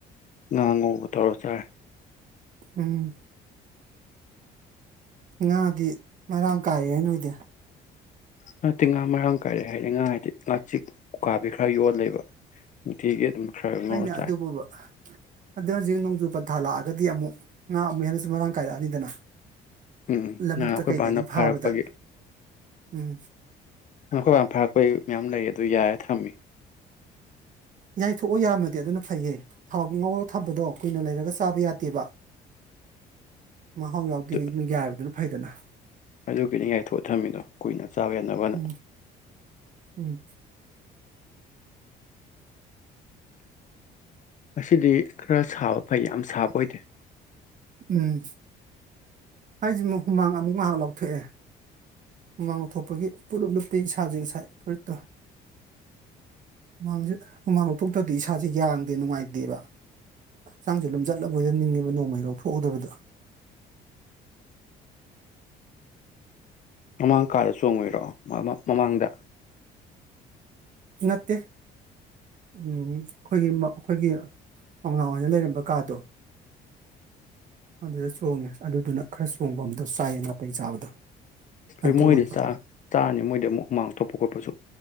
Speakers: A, on the left (about 45°); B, on the right (about 50°).
A: ꯉꯥ ꯉꯧꯕ ꯇꯧꯔ ꯆꯥꯔꯦ
B: ꯎꯝ ꯉꯥꯗꯤ ꯃꯔꯥꯡ ꯀꯥꯏꯌꯦ ꯅꯣꯏꯗꯤ
A: ꯅꯠꯇꯦ ꯉꯥ ꯃꯔꯥꯡ ꯀꯥꯏꯔꯦ ꯍꯥꯏꯗꯤ ꯉꯥ ꯍꯥꯏꯗꯤ ꯉꯥ ꯆꯦꯛ ꯎꯀꯥꯕꯤ ꯈꯔ ꯌꯣꯜꯂꯦꯕ ꯅꯨꯡꯇꯤꯒꯤ ꯑꯗꯨꯝ ꯈꯔ ꯉꯧꯔ
B: ꯍꯣꯏꯅꯦ
A: ꯆꯥꯏ
B: ꯑꯗꯨꯕꯨꯕ ꯑꯗꯨꯛ ꯍꯧꯖꯤꯛ ꯅꯣꯡꯖꯨ ꯄꯟꯊꯥ ꯂꯛ ꯑꯒꯗꯤ ꯑꯃꯨꯛ ꯉꯥ ꯑꯃꯨꯛ ꯍꯦꯟꯅꯁꯨ ꯃꯔꯥꯡ ꯀꯥꯏꯔꯛꯑꯅꯤꯗꯅ
A: ꯎꯝ
B: ꯂꯧꯕꯨꯛꯇ
A: ꯅ ꯑꯩꯈꯣꯏꯕꯥꯅ
B: ꯀꯩꯗꯒꯤ ꯐꯥꯕꯗ
A: ꯐꯥꯔꯛꯄꯒꯤ
B: ꯎꯝ
A: ꯅ ꯑꯩꯈꯣꯏ ꯕꯥ ꯐꯥꯔꯛꯄꯒꯤ ꯃꯌꯥꯝ ꯂꯩ ꯑꯗꯨ ꯌꯥꯏ ꯊꯝꯃꯤ
B: ꯌꯥꯏꯊꯣꯛꯑꯣ ꯌꯥꯝꯃꯗꯤ ꯑꯗꯨꯅ ꯐꯩꯌꯦ ꯊꯥꯎ ꯉꯧꯔ ꯊꯝꯕꯗꯣ ꯀꯨꯏꯅ ꯂꯩꯔꯒ ꯆꯥꯕ ꯌꯥꯗꯦꯕ ꯃꯥ ꯍꯧ ꯌꯥꯎꯗꯦ
A: ꯑꯗꯨ
B: ꯌꯥꯏ ꯍꯥꯏꯕꯗꯨꯅ ꯐꯩꯗꯅ
A: ꯑꯗꯨꯒꯤꯅꯤ ꯌꯥꯏꯊꯣꯛ ꯊꯝꯃꯤꯅꯣ ꯀꯨꯏꯅ ꯆꯥꯕ ꯌꯥꯅꯕ
B: ꯎꯝ ꯎꯝ
A: ꯉꯁꯤꯗꯤ ꯈꯔ ꯁꯥꯕ ꯐꯩ ꯌꯥꯝ ꯁꯥꯕ ꯑꯣꯏꯗꯦ
B: ꯎꯝ ꯍꯥꯏꯖꯤꯃꯨꯛ ꯍꯨꯃꯥꯡ ꯑꯃꯨꯛ ꯉꯥꯏꯍꯥꯛ ꯂꯧꯊꯣꯛꯑꯦ ꯍꯨꯃꯥꯡ ꯂꯧꯊꯣꯛꯄꯒꯤ ꯄꯨꯂꯞ ꯂꯨꯞꯄꯤ ꯏꯁꯥꯁꯤ ꯉꯁꯥꯏ ꯐꯨꯔꯤꯠꯇꯨ ꯍꯨꯃꯥꯡꯁꯤ ꯍꯨꯃꯥꯡ ꯂꯧꯊꯣꯛꯇ꯭ꯔꯗꯤ ꯏꯁꯥꯁꯦ ꯌꯥꯡꯗꯦ ꯅꯨꯡꯉꯥꯏꯇꯦꯕ ꯍꯛꯆꯥꯡꯁꯦ ꯂꯨꯝꯖꯟ ꯂꯕꯣꯏꯗ ꯅꯤꯡꯉꯦꯕ ꯅꯣꯡꯃꯩ ꯂꯧꯊꯣꯛꯍꯧꯗꯕꯗ
A: ꯃꯃꯥꯡ ꯀꯥꯗ ꯆꯣꯡꯉꯨꯏꯔꯣ ꯃꯃꯥꯡꯗ
B: ꯅꯠꯇꯦ ꯎꯝ ꯑꯩꯈꯣꯏꯒꯤ ꯑꯩꯈꯣꯏꯒꯤ ꯑꯣꯏꯅ ꯂꯩꯔꯝꯕ ꯀꯥꯗꯣ ꯑꯗꯨꯗ ꯆꯣꯡꯉꯦ ꯑꯗꯨꯗꯨꯅ ꯈꯔ ꯆꯣꯡꯐꯝ ꯗꯣ ꯆꯥꯏꯌꯦ ꯅꯥꯇꯩꯩ ꯆꯥꯕꯗꯣ
A: ꯑꯗꯨꯣꯏ
B: ꯑꯗꯨ
A: ꯃꯣꯏꯗꯤ
B: ꯑꯣꯏꯕ
A: ꯆꯥꯔꯅꯤ ꯃꯣꯏꯗꯤ ꯑꯃꯨꯛ ꯍꯨꯃꯥꯡ ꯇꯣꯛꯞꯄ ꯈꯣꯠꯄꯁꯨ